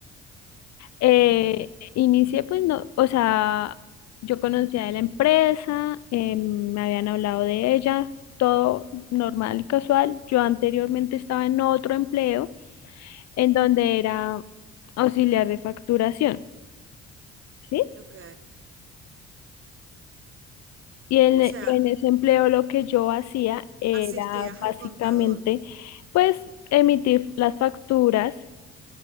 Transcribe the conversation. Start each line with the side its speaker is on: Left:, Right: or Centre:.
Left: Eh,
Right: Ujú.
Left: inicié pues no, o sea, yo conocía de la empresa, eh, me habían hablado de ella, todo normal y casual. Yo anteriormente estaba en otro empleo en donde era auxiliar de facturación, ¿sí?
Right: Ok,
Left: Y en,
Right: o sea,
Left: en ese empleo lo que yo hacía era
Right: asistías
Left: básicamente,
Right: al contador.
Left: pues, emitir las facturas